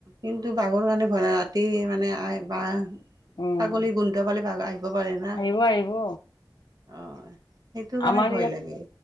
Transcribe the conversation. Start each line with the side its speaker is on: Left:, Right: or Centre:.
Right: কিন্তু বাঘৰ কাৰণে <unintelligible> এই মানে <unintelligible>
Left: অ',
Right: ছাগলী গোন্ধ পালে বাঘৰ আহিব পাৰে না।
Left: আহিব, আহিব।
Right: অ, সেইটো
Left: আমাৰ
Right: কাৰণে ভয়
Left: ইয়াত
Right: লাগে।